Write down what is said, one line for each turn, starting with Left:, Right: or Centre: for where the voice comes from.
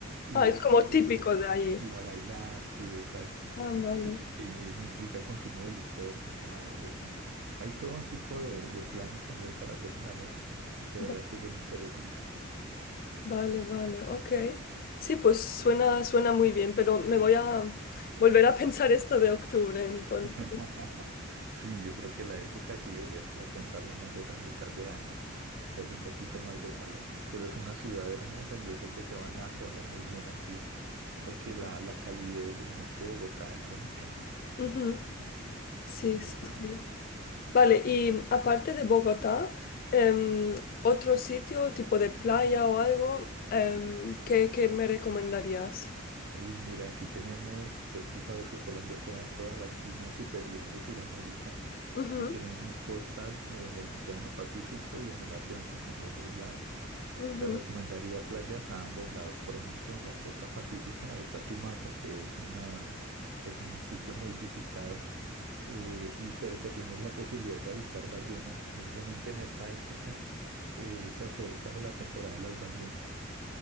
Right: y,
Left: Ah, es como
Right: y,
Left: típico de allí.
Right: es ir a bailar, sí, exacto,
Left: Ah, vale.
Right: y que no implica consumo de licor ni nada de eso. Hay todo tipo de, de planes también para hacer en la noche. De
Left: Va-
Right: verdad que es bien interesante.
Left: Vale, vale, ok. Sí, pues suena, suena muy bien, pero me voy a volver a <laughs> pensar esto de octubre, entonces.
Right: <laughs> Sí, yo creo que la época sí deberías como pensarla más esa mitad de año, que hace un poquito más de calor. Pero es una ciudad hermosa y yo sé que te van a acoger muy bien aquí, porque la, la calidez de la gente de Bogotá es única,
Left: Ujú, Sí,
Right: lo
Left: sí,
Right: saben.
Left: sí. Vale, y aparte de Bogotá, em, otro sitio tipo de playa o algo em, que, que me recomendarías.
Right: Uy, mira, aquí tenemos, pues tú sabes que Colombia queda en toda la esquina superior de Sudamérica
Left: Ujú,
Right: y tenemos costas en el Océano Pacífico y en el Atlántico, en los dos lados.
Left: ujú,
Right: Te recomendaría playas a ambos lados. Por ejemplo, en la costa pacífica está Tumaco, que es una, es un sitio muy visitado eh, y cerca tienes la posibilidad de avistar ballenas. Precisamente en esta época eh, se acerca pues, la temporada de las ballenas.